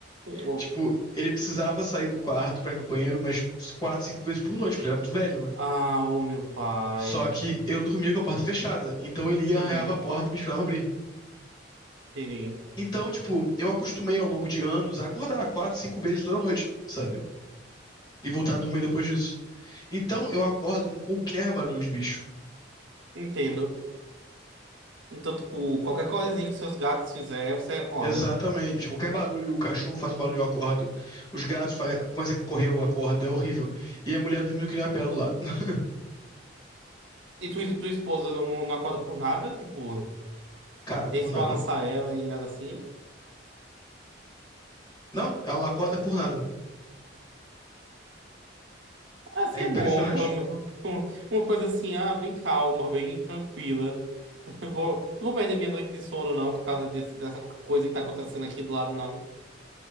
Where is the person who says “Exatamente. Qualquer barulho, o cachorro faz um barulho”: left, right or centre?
Left